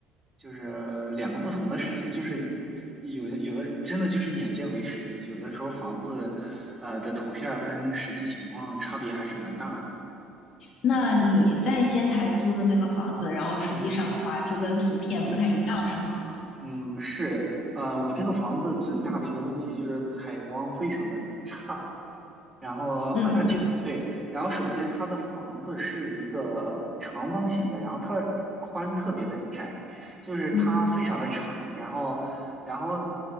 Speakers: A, on the right; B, on the left.
A: 就是两个不同的事情，就是有的有的真的就是眼见为实，有的时候房子呃的图片儿跟实际情况差别还是蛮大的。
B: 那你在仙台租的那个房子，然后实际上的话就跟图片不太一样，
A: 嗯嗯
B: 是吗？
A: 嗯，是，呃，我这个房子最大的一个问题就是采光非常的差。然后
B: 嗯
A: <clears throat> 就对，然后首先它的房子是一个长方形的，然后它的宽特别的窄，就是它非常的长，
B: 嗯，
A: 然后，然后，